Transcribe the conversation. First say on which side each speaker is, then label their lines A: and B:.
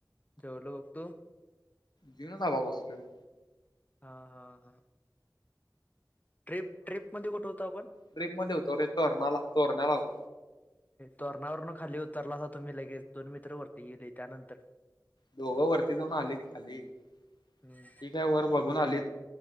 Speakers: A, on the left (about 20°); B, on the left (about 80°).
A: जेवलो बघतो
B: जेवणच आला बसलोय बघ.
A: हा हा हा. ट्रिप ट्रिप मध्ये कुठं होतो आपण?
B: ट्रीप मध्ये होतो रे तोरणाला तोरण्याला होतो.
A: तोरणावरन खाली उतरलासा तुम्ही लगेच दोन मित्र वरती गेले त्यानंतर
B: दोघं वरती जाऊन आलीत खाली ते
A: हम्म
B: काय वर बघून आलीत.